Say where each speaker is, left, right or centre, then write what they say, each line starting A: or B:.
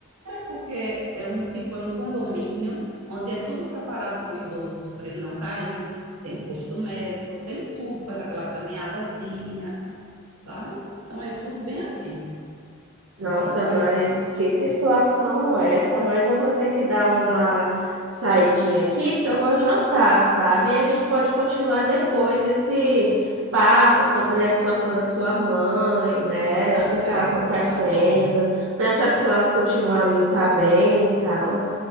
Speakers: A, on the right (about 80°); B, on the right (about 70°).
A: porque é um tipo, é um condomínio onde é tudo preparado para o idoso, para ele não cair, tem posto médico, tem tudo, faz aquela caminhadazinha, sabe? Então é tudo bem assim,
B: Nossa,
A: é bem interessante.
B: mas que situação é essa? Mas eu vou ter que dar uma saidinha aqui, porque eu vou jantar, sabe? E a gente pode continuar depois esse papo sobre a situação da sua mãe, né?
A: Tá
B: O que está
A: certo,
B: acontecendo,
A: tá bom,
B: para saber se ela continua ali, tá bem e tal.